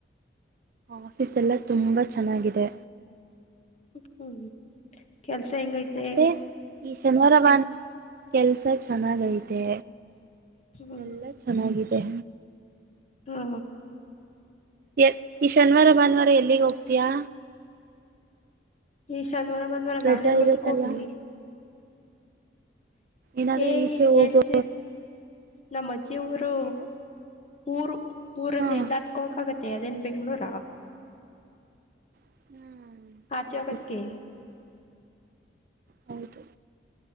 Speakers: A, on the right (about 55°); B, on the left (about 40°).
A: ಆಫೀಸ್ ಎಲ್ಲ ತುಂಬಾ ಚೆನ್ನಾಗಿದೆ
B: ಹ್ಮ್ ಕೆಲ್ಸ ಹೆಂಗೈತೆ
A: ಮತ್ತೆ ಈ ಶನಿವಾರ ಬ ಕೆಲ್ಸ ಚೆನ್ನಾಗೈತೆ
B: ಹ್ಮ್
A: ಎಲ್ಲಾ ಚೆನ್ನಾಗಿದೆ
B: ಹಾ
A: ಎ ಈ ಶನಿವಾರ ಭಾನುವಾರ ಎಲ್ಲಿಗೆ ಹೋಗ್ತೀಯಾ
B: ಈ ಶಾನಿವಾರ ಬಂದ್ ಮಾರ ನಾನನ್
A: ರಜಾ
B: ಎಲ್ ಗೊತ್ತಕ್
A: ಇರುತ್ತಲ್ಲ
B: ಹೋಗ್ಲಿ
A: ಏನಾದ್ರೂ
B: ಏ
A: ಈಚೆ
B: ಹೇಳ್ತೀರ್
A: ಹೋಗೋ
B: ನಮ್ಮ ಅಜ್ಜಿ ಊರು
A: ಏನು
B: ಊರು ಊರಲ್ಲ
A: ಹಾ
B: ಎಲ್ಲ ಹಚ್ಕೋಕ್ ಆಗತ್ತೆ ಅದೇನ್ ಬೆಂಗಳೂರು
A: ಹ್ಮ್
B: ಹಚಕತ್ತಕ್ಕೆ
A: ಹೌದು ಹೌದು